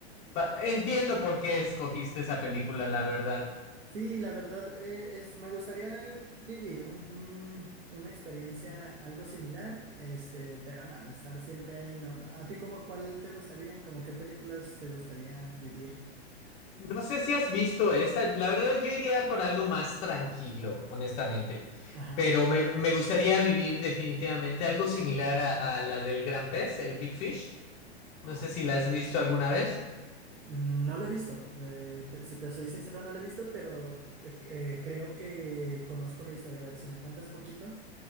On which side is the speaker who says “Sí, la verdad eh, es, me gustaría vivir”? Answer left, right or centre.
Right